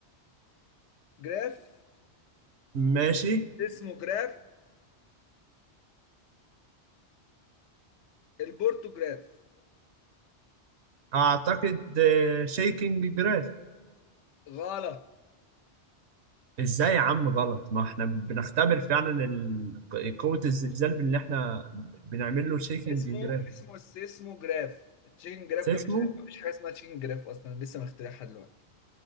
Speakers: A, on the left; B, on the right.
A: جراف
B: ماشي
A: اسمه جراف البورتوجراف
B: اعتقد شيكنج جراف
A: غلط
B: ازاي يا عم غلط ما احنا بنختبر فعلا ال- قوه الزلزال باللي احنا بنعمل له شيكنج
A: اسمه
B: جراف
A: اسمه السيسموجراف التشيكن جراف ده
B: اسمه
A: مش حاجة مفيش حاجة اسمها تشيكن جراف أصلا لسه مخترعها دلوقتي